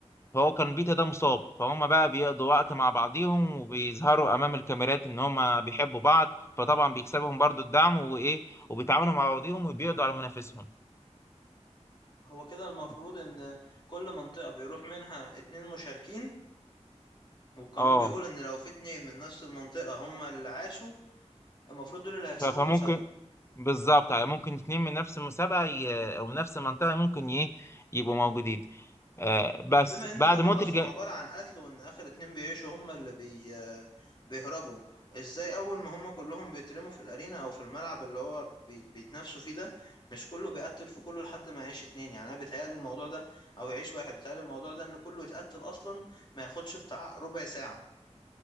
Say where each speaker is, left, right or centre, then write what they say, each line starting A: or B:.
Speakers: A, on the left (about 20°); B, on the left (about 40°).
A: فهو كان بيتا ده مصاب فهم بقى بيقضوا وقت مع بعضيهم وبيظهروا أمام الكاميرات إن هم بيحبوا بعض فطبعا بيكسبهم برضو الدعم وإيه وبيتعاونوا مع بعضيهم وبيقضوا على منافسهم
B: هو كده المفروض ان كل منطقة بيروح منها اتنين مشاركين والقانون
A: اه
B: بيقول ان لو في اتنين من نفس المنطقة هما اللي عاشوا المفروض دول اللي هيكسبوا
A: ف- فممكن
B: المسابقة
A: بالظبط على ممكن اتنين من نفس المسابقة ي... أو من نفس المنطقة ممكن ي... يبقوا موجودين آه بس
B: طب بما ان
A: بعد
B: الموضوع
A: موت
B: اصلا
A: الج...
B: عبارة عن قتل وان اخر اتنين بيعيشوا هما اللي بي... بيهربوا ازاي اول ما هما كلهم بيترموا في الارينا او في الملعب اللي هو بي... بيتنافسوا فيه ده مش كله بيقتل في كله لحد ما يعيش اتنين يعني انا بيتهيألي الموضوع ده او يعيش واحد بيتهيألي الموضوع ده ان كله يتقتل اصلا ما ياخدش بتاع ربع ساعة